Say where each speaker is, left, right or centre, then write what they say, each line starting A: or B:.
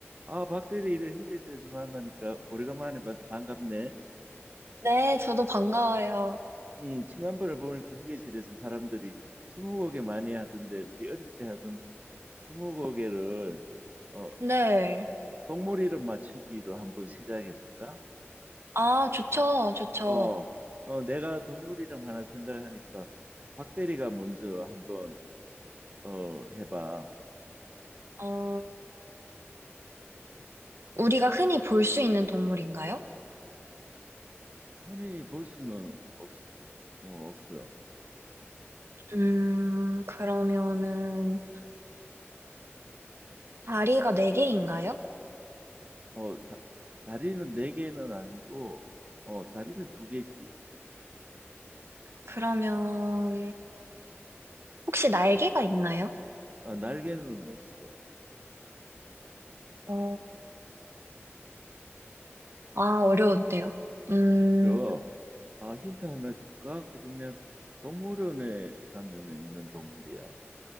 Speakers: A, on the right (about 35°); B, on the right (about 65°).
A: 아, 박대리 이래 휴게실에서 만나니까 오래간만에 봐서 반갑네.
B: 네, 저도 반가워요.
A: 응, 지난번에 보니까 휴게실에서 사람들이 스무고개 많이 하던데 우리 어릴 때 하던 스무고개를 어,
B: 네.
A: 동물 이름 맞추기로 한번 시작해 볼까?
B: 아, 좋죠, 좋죠.
A: 어, 어, 내가 동물 이름 하나 생각하니까 박대리가 먼저 한번 어, 해봐.
B: 어, 우리가 흔히 볼 수 있는 동물인가요?
A: 흔히 볼 수는 없, 어, 없어.
B: 음, 그러면은, 다리가 네개인가요
A: 어, 다, 다리는 네 개는 아니고 어, 다리는 두 개지.
B: 그러면, 혹시 날개가 있나요?
A: 아, 날개는 없어.
B: 어, 아, 어려운데요. 음,
A: 그리고 아, 힌트 하나 줄까? 그러면 동물원에 가면은 있는 동물이야.